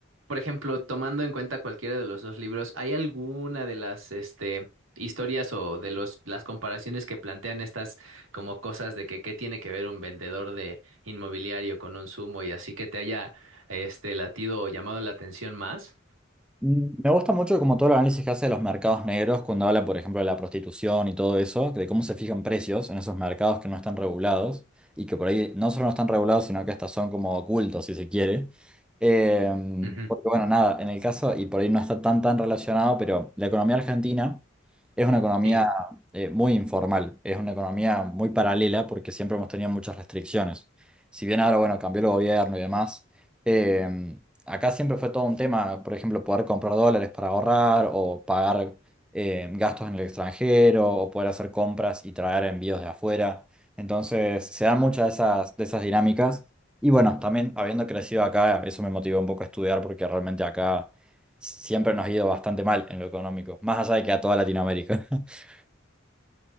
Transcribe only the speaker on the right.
por ejemplo, tomando en cuenta cualquiera de los dos libros, ¿hay alguna de las, este, historias o de los, las comparaciones que plantean estas como cosas de que qué tiene que ver un vendedor de inmobiliario con un sumo y así que te haya, este, latido o llamado la atención más?
Ujú,
Sí.